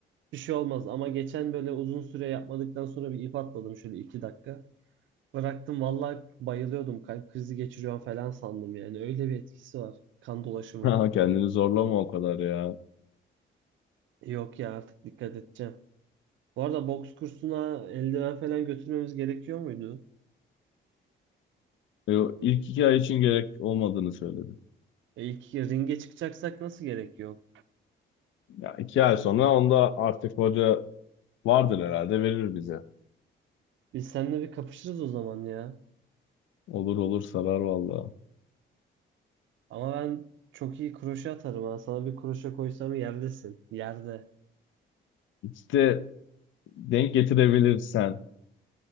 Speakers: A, on the right; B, on the left.
A: bir şey olmaz. Ama geçen böyle uzun süre yapmadıktan sonra bir ip atladım şöyle iki dakika. Bıraktım vallahi bayılıyordum. Kalp krizi geçiriyorum falan sandım yani. Öyle bir etkisi var kan dolaşımına.
B: <laughs> Haha, Kendini zorlama o kadar ya.
A: Yok ya artık dikkat edeceğim. Bu arada boks kursuna eldiven falan götürmemiz gerekiyor muydu?
B: E, İlk iki ay için gerek olmadığını söyledim.
A: E ilk ringe çıkacaksak nasıl gerek yok?
B: Ya iki ay sonra onda artık hoca vardır herhalde verir bize.
A: Biz seninle bir kapışırız o zaman ya.
B: Olur olur sarar valla.
A: Ama ben çok iyi kroşe atarım ha. Sana bir kroşe koysam yerdesin. Yerde.
B: İşte denk getirebilirsen.